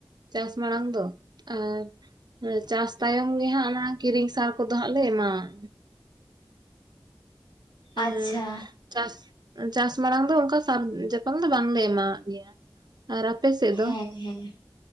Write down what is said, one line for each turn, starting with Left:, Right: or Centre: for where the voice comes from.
Right: ᱪᱟᱥ ᱢᱟᱲᱟᱝ ᱫᱚ, ᱟᱨ ᱪᱟᱥ ᱛᱟᱭᱚᱢ ᱜᱮᱦᱟᱸᱜ ᱚᱱᱟ ᱠᱤᱨᱤᱧ ᱥᱟᱨ ᱠᱚᱫᱚ ᱦᱟᱸᱜ ᱞᱮ ᱮᱢᱟᱣᱟᱜ-ᱟ <unintelligible>
Left: ᱟᱪᱪᱷᱟ
Right: ᱪᱟᱥ ᱪᱟᱥ ᱢᱟᱲᱟᱝ ᱫᱚ ᱚᱱᱠᱟ ᱥᱟᱨ ᱡᱟᱯᱚᱱ ᱫᱚ ᱵᱟᱝᱞᱮ ᱮᱢᱟᱜ ᱜᱮᱭᱟ, ᱟᱨ ᱥᱮᱫ ᱫᱚ
Left: ᱦᱮᱸ ᱦᱮᱸ,